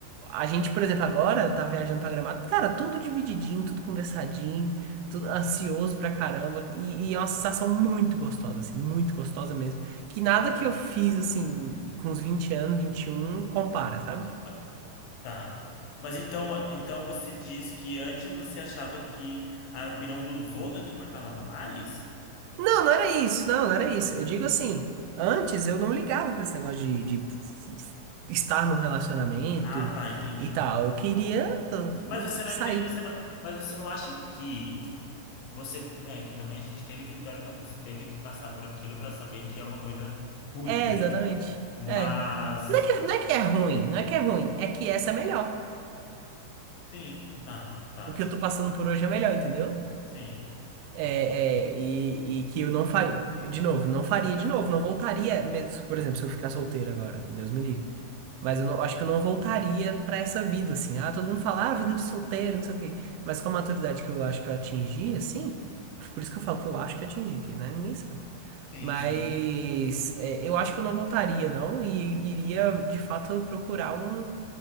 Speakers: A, on the right; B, on the left.
A: A gente, por exemplo, agora tá viajando pra Gramado, cara, tudo divididinho, tudo conversadinho, tudo ansioso pra caramba, e, e é uma sensação muito gostosa, assim, muito gostosa mesmo. Que nada que eu fiz, assim, com os 20 anos, 21 compara, sabe?
B: Mas- Tá. Mas então, então você diz que antes você achava que a opinião dos outros importava mais?
A: Não, não era isso, não, não era isso. Eu digo assim, antes eu não ligava pra esse negócio de, de f- f- estar num relacionamento
B: Ah, tá, entendi,
A: e
B: entendi.
A: tal. Eu queria
B: Mas
A: uh,
B: você não
A: sair
B: entende, você não, mas você não acha que Você é que também a gente teve que teoricamente você teve que passar por aquilo para saber que é uma coisa ruim,
A: É,
B: né?
A: exatamente.
B: Mas
A: É. Não é que, não é que é ruim, não é que é ruim, é que essa é melhor.
B: sim, tá, tá.
A: O que eu tô passando por hoje é melhor, entendeu?
B: Sim.
A: É, é, e, e que eu não faria, de novo, não faria de novo, não voltaria, mes- por exemplo, se eu ficar solteiro agora, Deus me livre. Mas eu não, acho que eu não voltaria pra essa vida, assim. Ah, todo mundo fala, ah, vida de solteiro, não sei o quê. Mas com a maturidade que eu acho que eu atingi, assim, por isso que eu falo que eu acho que atingi, que né? Ninguém sabe.
B: Sim,
A: Mas
B: sim.
A: é, eu acho que eu não voltaria, não, e iria de fato procurar um,